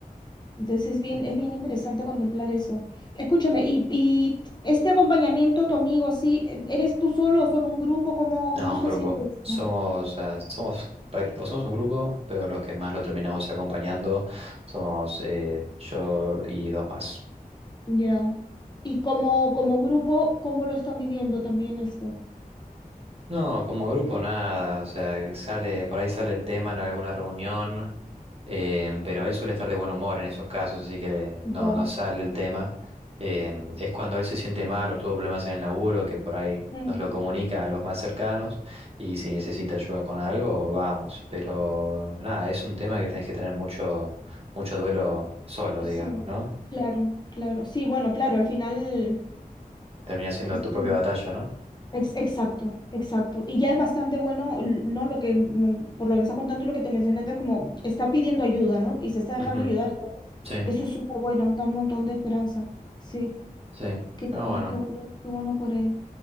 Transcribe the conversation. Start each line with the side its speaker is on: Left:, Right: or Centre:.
Left: Entonces es bien,
Right: ujú.
Left: es bien interesante contemplar eso. Escúchame, y, y este acompañamiento, a tu amigo, así, e- ¿eres tú solo o son un grupo? ¿Cómo, cómo
Right: No,
Left: está
Right: un grupo.
Left: haciendo esto?
Right: Somos, o sea, somos, prácti- o somos un grupo, pero los que más lo terminamos acompañando somos eh, yo y dos más.
Left: Ya. Y como, como grupo, ¿cómo lo están viviendo también esto?
Right: No, como grupo nada, o sea, que sale, por ahí sale el tema en alguna reunión, em, pero él suele estar de buen humor en esos casos, así que no,
Left: Ya.
Right: no sale el tema. Em, es cuando él se siente mal o tuvo problemas en el laburo, que por ahí
Left: Mm,
Right: nos lo comunica a los más cercanos, y si necesita ayuda con algo, vamos. Pero nada, es un tema que tenés que tener mucho, mucho duelo solo,
Left: Sí,
Right: digamos, ¿no?
Left: claro, claro. Sí, bueno, claro, al final,
Right: Termina siendo
Left: sí,
Right: tu propia batalla, ¿no?
Left: ex- exacto, exacto. Y ya es bastante bueno, l- ¿no? Lo que, me- por lo que me estás contando y lo que te mencioné antes, como está pidiendo ayuda, ¿no? Y se está dejando
Right: Ujú,
Left: ayudar, entonces,
Right: Sí,
Left: eso es súper bueno, da un montón de esperanza. Sí,
Right: sí.
Left: qué
Right: Pero
Left: bueno,
Right: bueno,
Left: qué bueno, qué bueno por él.